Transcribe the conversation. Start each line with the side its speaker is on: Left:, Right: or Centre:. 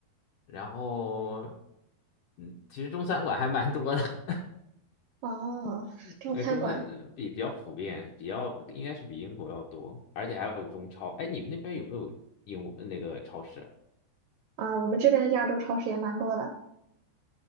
Left: 然后，嗯，其实中餐馆还蛮多的。<laughs>
Right: 哦，中餐馆
Left: 呃，中餐呃比比较普遍，比较应该是比英国要多，而且还有中超。哎，你们那边有没有英那个超市？
Right: 啊，我们这边亚洲超市也蛮多的